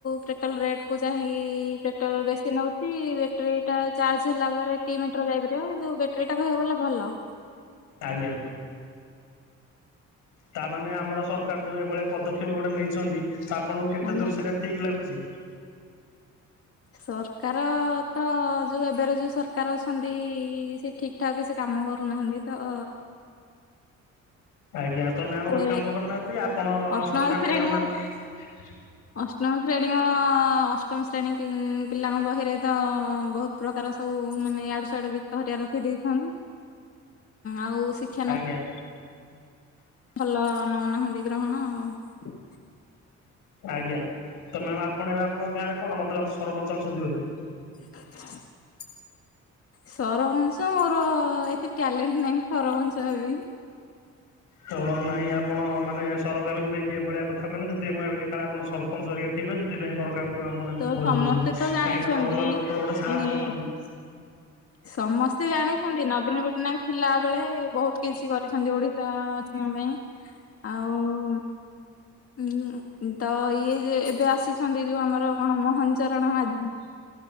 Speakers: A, on the left (about 50°); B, on the left (about 90°).
A: ପେଟ୍ରୋଲ ରେଟ୍ କୁ ଚାହିଁଇକି ପେଟ୍ରୋଲ ବେଶୀ ନେଉଚି ବ୍ୟାଟେରୀଟା ଚାର୍ଜ ହେଲା ପରେ ଦିଇ ମିଟର ଯାଇପାରିବ କିନ୍ତୁ ବ୍ୟାଟେରୀ ଟା କହିବାକୁ ଗଲେ ଭଲ।
B: ଆଜ୍ଞା। ତାମାନେ ଆମର ସରକାର ଯୋଉ ଏଇଭଳିଆ ପଦକ୍ଷେପ ଗୋଟେ ନେଇଛନ୍ତି ତା ଆପଣଙ୍କୁ କେତ
A: ଆଜ୍ଞା।
B: ଦୂର୍ଶ୍ୟଟା ଠିକ୍ ଲାଗୁଚି?
A: ସରକାର ଅ ତ ଅ ଯୋଉ ଏବେର ଯୋଉ ସରକାର ଅଛନ୍ତି ସେ ଠିକ ଠାକ କିଛି କାମ କରୁନାହାନ୍ତି ତ। <inaudible>
B: ଆଜ୍ଞା ତ ମ୍ୟାମ
A: ସେ
B: ଗୋଟେ କାମ କରୁନାହାନ୍ତି ଆପଣ
A: ଅଷ୍ଟମ
B: ସରକାର
A: ଶ୍ରେଣୀ
B: ହେଇଯାଉନାହାନ୍ତି?
A: ଅଷ୍ଟମ ଶ୍ରେଣୀଙ୍କର ଅ ଅଷ୍ଟ୍ ଅଷ୍ଟମ ଶ୍ରେଣୀ ପିଲାଙ୍କ ବହିରେ ତ ବହୁତ ପ୍ରକାର ସବୁ ମାନେ ଆଡ଼ୁ ସିଆଡୁ ଗୀତ ହରିବା ରଖିଦି ନ୍ତି ଆଉ ଶିକ୍ଷାନୁଷ୍ଠାନ
B: ଆଜ୍ଞା।
A: ଭଲ ନଉନାହାନ୍ତି ଗ୍ରହଣ ଆଉ
B: ଆଜ୍ଞା ତ ମ୍ୟାମ୍ ଆପଣ ଏବେ ଆପଣଙ୍କ ଗାଁ ରେ କଣ ମତେ ଲାଗୁଚି ସରପଞ୍ଚ ଅଛନ୍ତି ବୋଧେ।
A: <inaudible> ସରପଞ୍ଚ ମୋର ଏତେ ଟ୍ୟାଲେଣ୍ଟ୍ ନାହିଁ ସରପଞ୍ଚ ହେବି।
B: ତ ନାଇଁ ଆପଣ ମାନେ ସରକାରଙ୍କୁ ନେଇକି ଏଭଳିଆ କଥା କହିଲେ ସେଥି ଆଇଁ ମୁଁ ଭାବିଲି କାଳେ ଆପଣ ସରପଞ୍ଚ ହରିକା ଥିବେ ସେଥିପାଇଁ ସରକାରଙ୍କୁ ଆପଣ ଏମିତି
A: ତ
B: କହିଦଉଚନ୍ତି
A: ସମସ୍ତେ ତ ଜାଣିଛନ୍ତି
B: କାହିଁକି ନର୍ମାଲ୍ ଲୋକର ଗୋଟେ ସାହସ
A: ଏ
B: ହବନି।
A: ସମସ୍ତେ ଜାଣିଚନ୍ତି ନବୀନ ପଟ୍ଟନାୟକ ଥିଲା ବେଳେ ବହୁତ କିଛି କରିଛନ୍ତି ଓଡିଶା ବାସୀଙ୍କ ପାଇଁ ଆଉ। ହଁ ତ ଇଏ ଯେ ଏବେ ଆସି ଛନ୍ତି ଯୋଉ ଆମର କଣ ମୋହନ ଚରଣ ମାଝି